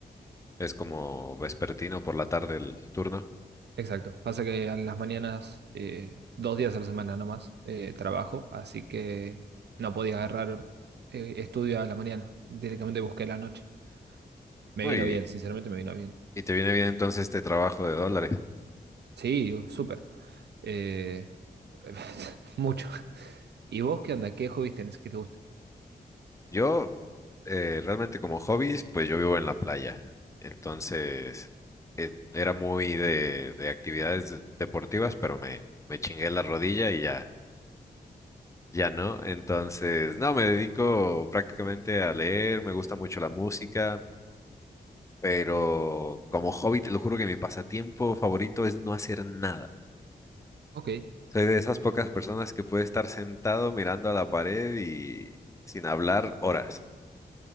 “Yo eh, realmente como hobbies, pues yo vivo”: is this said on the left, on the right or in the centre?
Left